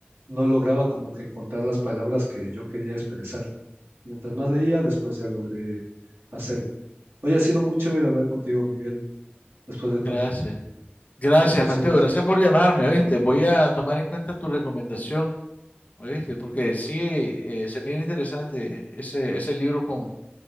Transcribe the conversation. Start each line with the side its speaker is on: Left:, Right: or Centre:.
Right: no lograba como que encontrar las palabras que yo quería expresar. Mientras más leía, después ya logré hacerlo. Hoy ha sido muy chévere hablar contigo, Miguel, después de
Left: gracias.
Right: tanto.
Left: Gracias,
Right: Entonces,
Left: Mateo. Gracias por llamarme, ¿oíste? Voy a tomar en cuenta tu recomendación, ¿oíste? Porque sí, eh, se mira interesante ese, ese libro con,